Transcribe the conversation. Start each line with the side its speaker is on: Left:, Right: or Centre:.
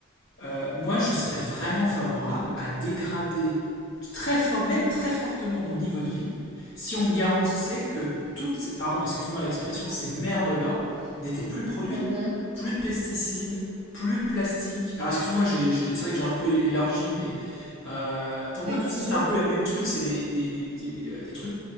Left: euh, moi, je serais vraiment favorable à dégrader très fort, même très fortement mon niveau de vie, si on me garantissait que toutes, ces- pardon, excuse-moi l'expression, ces merdes-là n'étaient plus produites.
Right: Mmh
Left: Plus de pesticides, plus de plastique. Alors, excuse-moi, j'ai- j'ai- c'est vrai que j'ai un peu é- élargi, mais euh, pour moi,
Right: Oui,
Left: tout
Right: bien
Left: ça,
Right: sûr.
Left: c'est un peu le même truc. C'est des, des, des- des, euh, des trucs